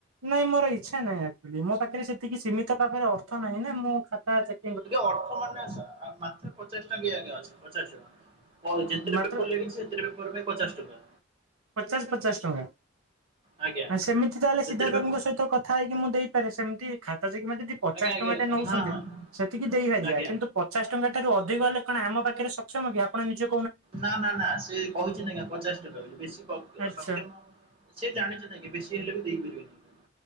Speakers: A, on the right; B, on the right.
A: ନାଇଁ ମୋର ଇଚ୍ଛା ନାହିଁ ଆକ୍ କଚୁଆଲି। ମୋ ପାଖରେ ସେତିକି ସୀମିତ ଭାବରେ ଅର୍ଥ ନାହିଁ ନା ମୁଁ ଖାତା ଚେକି
B: ଟିକେ ଅର୍ଥ ମାନେ ଆ ମାତ୍ର ପଚାଶ ଟଙ୍କା ଯାକେ ଅଛି, ପଚାଶ ଟଙ୍କା। ହଁ ଯେତେଟା
A: ମାତ୍ର
B: ପେପର ହେଲେବି ସେତେଟି ପେପର ପାଇଁ ପଚାଶ ଟଙ୍କା।
A: ପଚାଶ ପଚାଶ ଟଙ୍କା ।
B: ଆଜ୍ଞା।
A: ସେମିତି ତାହେଲେ
B: ଯେତେଟା
A: ସିଦ୍ଧାର୍ଥ
B: ପେପର
A: ବାବୁଙ୍କ ସହିତ କଥା ହେଇକି ମୁଁ ଦେଇପାରେ ସେମ । ଯଦି ପଚାଶ
B: ଆଜ୍ଞା ଆଜ୍ଞା
A: ଟଙ୍କା
B: ହଁ
A: ଟା ନେଉଛନ୍ତି
B: ହଁ
A: ସେତିକି ଦେଇପାରିବା
B: ଆଜ୍ଞା।
A: କିନ୍ତୁ ପଚାଶ ଟଙ୍କା ଟାରୁ ଅଧିକ ହେଲେ କଣ ଆମ ପାଖରେ ସକ୍ଷମ କି ଆପଣ ନିଜ
B: ନା ନା ନା ସେ କହିଛନ୍ତି ଆଜ୍ଞା ପଚାଶ ଟଙ୍କା ବୋଲି ବେ
A: ଆଚ୍ଛା
B: ସକ୍ଷମ ସେ ଜାଣିଛନ୍ତି ବେଶୀ ହେଲେ ବି ଦେଇପାରିବେନି ।